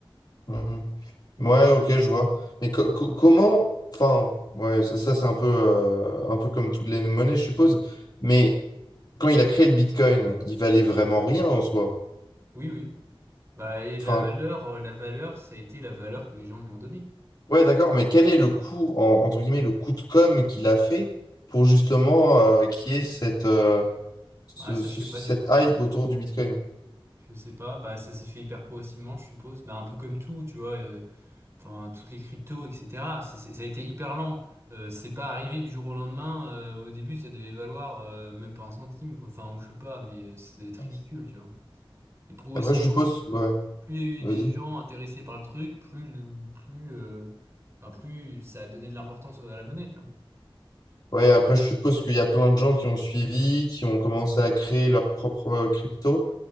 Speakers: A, on the left (about 50°); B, on the right (about 30°).
A: Mmh, mmh. Ouais, ok, je vois. Mais co- co- comment, enfin, ouais, ça, ça, c'est un peu, euh, un peu comme toutes les monnaies, je suppose. Mais quand il a créé le Bitcoin, il valait vraiment rien en soi.
B: Oui, oui. Bah, et la
A: Enfin,
B: valeur, euh, la valeur, ça a été la valeur que les gens lui ont donnée.
A: ouais, d'accord, mais quel est le coût, en- entre guillemets, le coût de com qu'il a fait pour justement euh, qu'il y ait cette, euh, ce-
B: Bah, ça,
A: ce-
B: je sais
A: cette
B: pas du tout,
A: hype
B: je t'avoue.
A: autour du Bitcoin?
B: Je sais pas. Bah, ça s'est fait hyper progressivement, je suppose. Bah, un peu comme tout, tu vois. euh, Enfin, toutes les cryptos, etc. Ça, c'est- ça a été hyper lent. Euh, c'est pas arrivé du jour au lendemain. Euh, au début, ça devait valoir euh, même pas un centime, quoi. Enfin, ou je sais pas, mais euh, ça devait être ridicule,
A: Ouais.
B: tu vois. Et progressivement,
A: Après, je suppose, ouais,
B: plus il y a
A: vas-y.
B: eu des gens intéressés par le truc, plus, le- plus, euh, enfin, plus ça a donné de l'importance à la monnaie, tu vois.
A: Ouais, après, je suppose qu'il y a plein de gens qui ont suivi, qui ont commencé à créer leur propre euh, crypto.